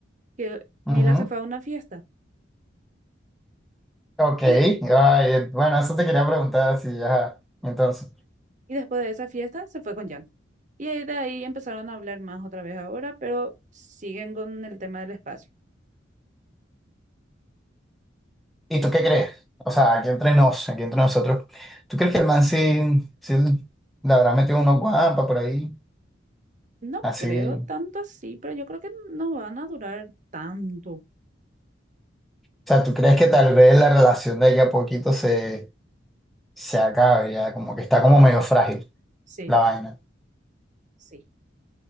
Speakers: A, on the right; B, in the centre.
A: que Mila
B: Ujú.
A: se fue a una fiesta
B: Ok. Ay,
A: y, de-
B: bueno, eso te quería preguntar, sí, ajá. Entonces,
A: y después de esa fiesta se fue con Jan. Y ahí de ahí empezaron a hablar más otra vez ahora, pero siguen con el tema del espacio.
B: ¿y tú qué crees? O sea, aquí entre nos, aquí entre nosotros, ¿tú crees que el man sí, sí le habrá metido unos guampas por ahí?
A: No
B: Así.
A: creo
B: O
A: tanto así, pero yo creo que no van a durar tanto.
B: sea, ¿tú crees que tal vez la relación de ella a poquito se, se acabe ya? Como que está como medio frágil
A: Sí,
B: la vaina.
A: Sí.